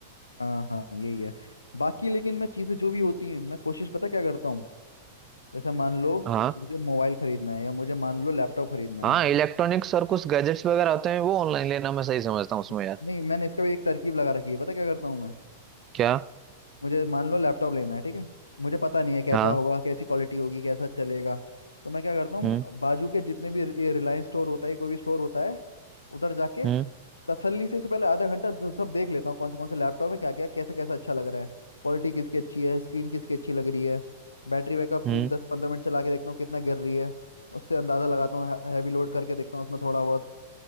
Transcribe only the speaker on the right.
हाँ
हाँ
इलेक्ट्रॉनिक्स
और कुछ गैजेट्स वगैरह होते हैं वो ऑनलाइन लेना मैं सही समझता हूँ उसमें
यार
क्या
हाँ
हम्म
हम्म
हम्म